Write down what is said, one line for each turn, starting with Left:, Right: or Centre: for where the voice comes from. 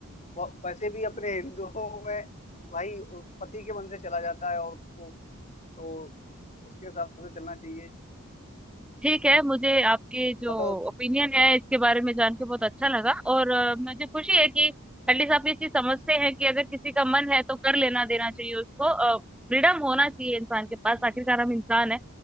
Left: व- वैसे भी अपने हिंदुओं में भाई पति के मन से चला जाता है और को तो उसके हिसाब से चलना चाहिए
Centre: ठीक है मुझे आपके जो
Left: बताओ
Centre: ओपिनियन है इसके बारे में जान के बहुत अच्छा लगा और अ, मुझे खुशी है कि एटलीस्ट आप ये चीज समझते हैं कि अगर किसी का मन है तो कर लेना देना चाहिए उसको फ्रीडम होना चाहिए इंसान के पास आखिरकार हम इंसान है